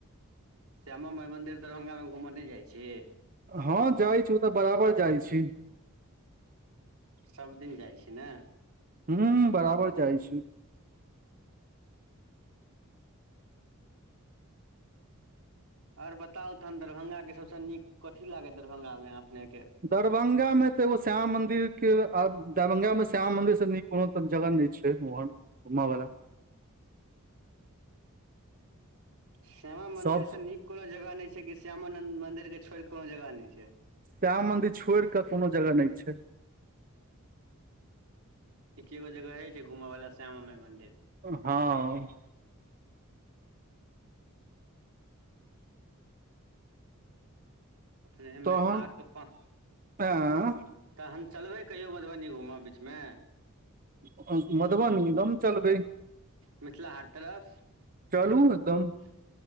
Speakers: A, on the right (about 85°); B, on the right (about 40°).
A: श्यामा माइ मन्दिर दरभंगा में घूमऽ नय जाइ छी।
B: हँ जाइ छी, ओत्तऽ बराबर जाइ छी।
A: सब दिन जाइ छी ने।
B: हूं, बराबर जाइ छी।
A: आओर बताउ तखन दरभंगा के सभ सँ नीक कथी लागए दरभंगा में अपने के।
B: दरभंगा में तऽ एगो श्यामा मन्दिर के, आ दरभंगा में श्यामा मन्दिर सँ नीक। कोनो सब जगह नय छै, ओहन घुमअ वाला।
A: श्यामा मंदिर
B: सब
A: से नीक कोनो जगह नय छै कि श्यामा नंन्द मदिर के छोड़ के कोनो जगह नय छै
B: श्यामा मंदिर छोइड़ के कोनो जगह नय छै
A: एकेगो जगह अय छै घुमय वला श्यामा माई मन्दिर
B: हँ
A: अपने
B: तहन
A: मिथिलाक <unintelligible>
B: एँ
A: तहन चलबै कहियौ मधुबनी घूमऽ बीच में
B: <unintelligible> मधुबनी चलबै
A: मिथिला हाट तरफ
B: चलू
A: <unintelligible>
B: एकदम